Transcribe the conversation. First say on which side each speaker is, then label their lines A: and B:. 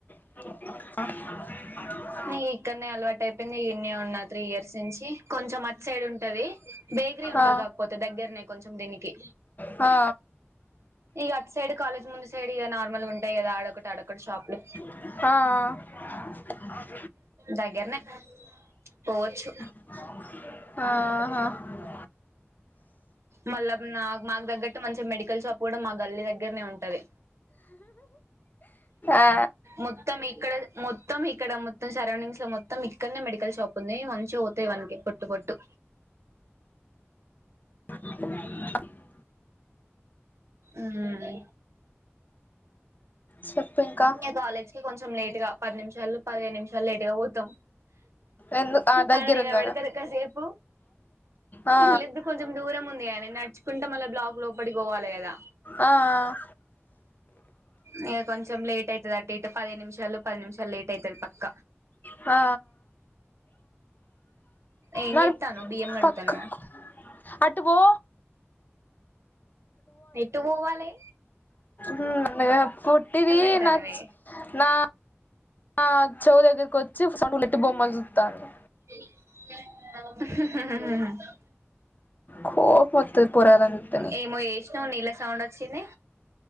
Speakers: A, on the left; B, on the right.
A: <inaudible>
B: ఆ ఇక్కన్నే అలవాటు అయిపోయింది ఇన్నే ఉన్నా త్రీ ఇయర్స్ నుంచి, కొంచెం అట్ సైడ్ ఉంటది. బేకరీ ఉంటది
A: ఆ
B: కాకపోతే దగ్గర్నే కొంచెం దీనికి.
A: ఆ
B: ఇగ అటు సైడు కాలేజ్ ముందు సైడ్ ఇగ నార్మల్ ఉంటయి కదా, అడొకటి అడొకటి షాప్లు
A: ఆఆ
B: దగ్గర్నే పోవచ్చు
A: <inaudible> ఆహ
B: మళ్ళ నా మాకు తగ్గట్టు మంచిగ మెడికల్ షాప్ కూడ మా గల్లి దగ్గరనే ఉంటది,
A: ఆ
B: మొత్ త్తం ఇక్కడే మొత్తం ఇక్కడ మొత్తం సరౌండింగ్స్ ల మొత్తం ఇక్కన్నే మెడికల్ షాప్ ఉంది, మంచిగ పోతాయి వానికిప్పుడు టు పొట్టు
A: <inaudible>
B: ఉమ్
A: చెప్పు ఇంకా
B: ఇంగ కాలేజ్కి కొంచెం లేటుగా పది నిమిషాలు, పదిహేను నిమిషాలు లేటుగ పోతం.
A: ఎందు ఆ దగ్గరుందనా
B: ఆల నిలబెడతరు కసేపు
A: ఆ
B: లిద్దు కొంచెం దూరం ఉంది కానే నడుచుకుంట మళ్ళ బ్లాక్ లోపడికి పోవాలె కదా.
A: ఆఆ
B: ఇగ కొంచెం లేట్ ఐతది అటు ఇటు పదిహేను నిమిషాలు, పది నిమిషాలు లేట్ ఐతది పక్క.
A: ఆ
B: ఏ
A: మరి
B: చెత్తానవు బియ్యం కడుగుతాన్నవా?
A: పక్కకు అటు వో
B: ఎటు వోవాలే?
A: హ్మ్ పొట్టిది
B: అంటానవే
A: నా చ్ నా ఆ చెవు దగ్గరకి వచ్చి చాక్లెట్ బొమ్మని చూత్తాంది.
B: <inaudible>
A: కోపం వత్తది పోరాగాల్లను
B: ఏమో చెసినవు నీళ్ళ సౌండ్ వచ్చింది,